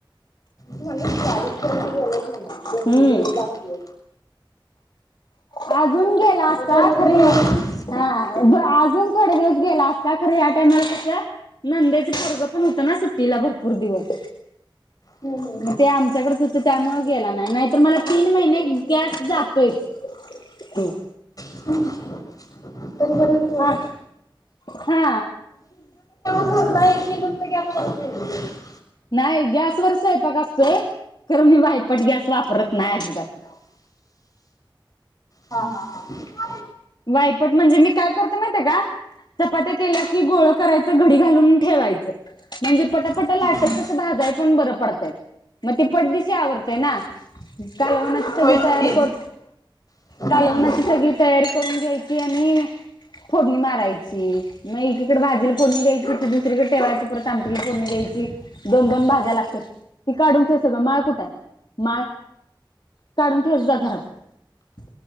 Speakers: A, on the left (about 45°); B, on the left (about 60°).
A: म्ह चाळीस पय गेलच म्ह
B: हम्म
A: दोन, तीन दिवस लागतील
B: अजून गेला असता
A: मग भरपूर
B: खर
A: दिवस
B: ये हा ब अजून थोडे दिवस गेला असता खरं या टायमाला कस नंदेच पोरगं पण होतं ना सुट्टीला भरपूर दिवस
A: हम, हम
B: मग ते आमच्याकडेच होतं त्यामुळं गेला नाही नाहीतर मला तीन महिने गॅस जातोयच हम
A: <unintelligible> चल परत
B: हा, हा
A: सुनबाई <unintelligible>
B: नाही गॅसवर स्वयंपाक असत खर मी वायपट गॅस वापरत नाही अजिबात
A: हा, हा, हा
B: वायपट म्हणजे मी काय करतो माहिती का चपात्या केल्या की गोळ करायचं घडी घालून ठेवायचं म्हणजे पटापट
A: हम्म
B: लाटल
A: हम्म
B: तसं भाजाय पण बरं पडतंय म ती पटदशी आवरतय ना कालवनाची सगळी
A: होयच
B: तयारी
A: की
B: कर
A: हम्म
B: कालवनाची सगळी तयारी करून घ्यायची आणि फोडणी मारायची मग एकीकडे भाजीला फोडणी द्यायची दुसरीकडे ठेवायची परत आमटीला फोडणी द्यायची दोन, दोन भाज्या लागत्यात ती काढून ठेव सगळं माळ कुठ आहे माळ काढून ठेव जा घरात